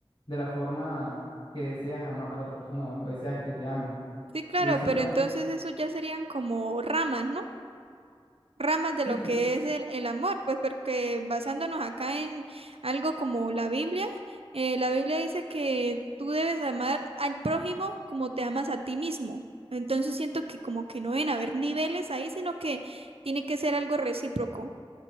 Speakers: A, on the left; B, on the right.
A: de la forma que deseas amar a otra persona o deseas que te amen.
B: Sí, claro,
A: Y siento,
B: pero entonces eso ya serían como ramas, ¿no? Ramas de
A: sí,
B: lo
A: sí,
B: que es el, el amor, pues porque basándonos acá en algo como la Biblia, eh, la Biblia dice que tú debes amar al prójimo como te amas a ti mismo. Entonces siento que como que no deben haber niveles ahí, sino que tiene que ser algo recíproco.